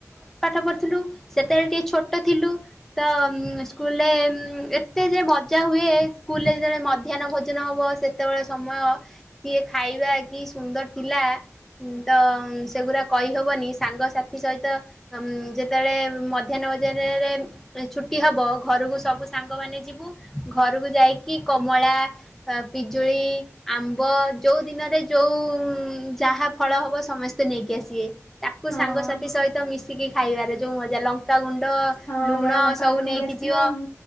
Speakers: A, in the centre; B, on the left.
A: ପାଠ ପଢୁଥିଲୁ ସେତେବେଳେ ଟିକେ ଛୋଟ ଥିଲୁ। ତ ଉଁ ସ୍କୁଲରେ ଏତେ ଯେ ବ ପଚାର ହୁଏ ସ୍କୁଲରେ ଯେତେବେଳେ ମଧ୍ୟାହ୍ନ ଭୋଜନ ହେବ ସେତେବେଳେ ସମୟ ସିଏ ଖାଇବା କି ସୁନ୍ଦର ଥିଲା। ଉଁ ଦ ମଁ ସେଗୁଡା କହିହବନି ସାଙ୍ଗସାଥି ସହିତ ଆଁମଁ ଯେତେବେଳେ ମଧ୍ୟାହ୍ନ ଭୋଜନରେ ରେ ଏ ଛୁଟି ହବ ଘରକୁ ସବୁ ସାଙ୍ଗମାନେ ଯିବୁ ଘରକୁ ଯାଇକି କମଳା ଆଁ ପିଜୁଳି ଆମ୍ବ ଯୋଉଁ ଦିନରେ ଯୋଉଁ ଯାହା ଫଳ ହବ ସମସ୍ତେ ନେଇକି ଆସିବେ। ତାକୁ
B: ହଁ
A: ସାଙ୍ଗସାଥି ସହିତ ମିଶିକି ଖାଇବାରେ ଯୋଉଁ ମଜା। ଲଙ୍କାଗୁଣ୍ଡ
B: ହଁ
A: ଲୁଣ
B: ଜଣେ ଲଙ୍କାଗୁଣ୍ଡ
A: ସବୁ ନେଇକି
B: ଆସିଥିବ
A: ଯିବ।
B: ହୁଁ